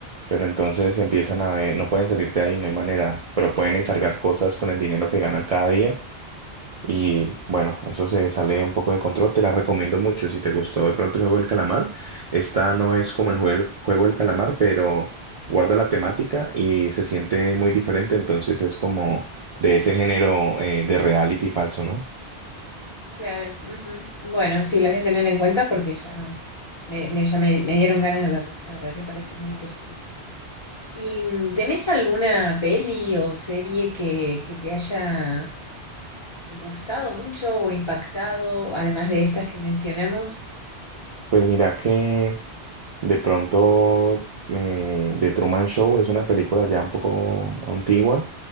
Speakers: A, on the right; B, on the left.
A: Pero entonces empiezan a ver, no pueden salir de ahí, no hay manera, pero pueden encargar cosas con el dinero que ganan cada día Y bueno, eso se sale un poco de control. Te la recomiendo mucho. Si te gustó de pronto el juego del calamar, esta no es como el juego, juego del calamar, pero guarda la temática y se siente muy diferente. Entonces es como de ese género eh, de reality falso, ¿no?
B: claro. ujú. Bueno, sí, la voy a tener en cuenta porque ya me, me, ya me, me dieron ganas de verla. La verdad que parece muy interesante. ¿Y mm, tenés alguna peli o serie que, que te haya gustado mucho o impactado, además de estas que mencionamos?
A: Pues mira que de pronto eh, The Truman Show es una película ya un poco antigua.